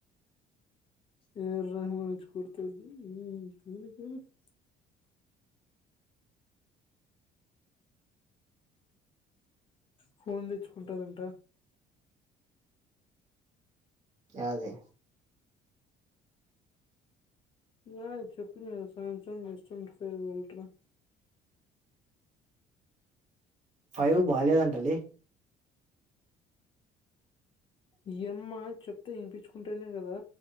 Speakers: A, on the left (about 30°); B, on the right (about 45°).
A: ఈ రోజూ వచ్చి కొడతాది <inaudible> ఫోన్ తెచ్చుకుంటదంట
B: యాది
A: లేదు చెప్పలేదు శాంసంగ్ యస్ ట్వంటీ ఫోర్ కొంటాడు
B: ఫైవ్ బాలేదంట‌లే
A: ఈ యమ్మ చెప్తే ఇనిపించుకుంటేనే కదా